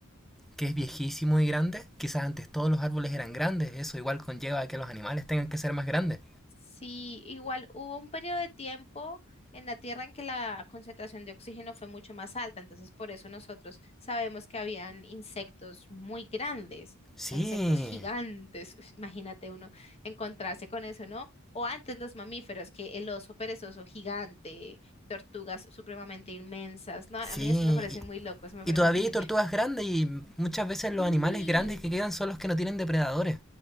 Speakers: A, in the centre; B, on the left.
A: que es viejísimo y grande, quizás antes todos los árboles eran grandes, eso igual conlleva que los animales tengan que ser más grandes.
B: Sí, igual hubo un periodo de tiempo en la Tierra en que la concentración de oxígeno fue mucho más alta, entonces por eso nosotros sabemos que habían insectos muy grandes,
A: Sí,
B: insectos gigantes, <laughs> imagínate uno encontrarse con eso, ¿no? O antes los mamíferos, que el oso perezoso gigante, tortugas supremamente inmensas, ¿no? A
A: sí,
B: mí eso me parece
A: y,
B: muy loco, eso me
A: y
B: parece
A: todavía
B: muy genial.
A: hay tortugas grandes y muchas veces
B: Sí,
A: los animales grandes que quedan son los que no tienen depredadores.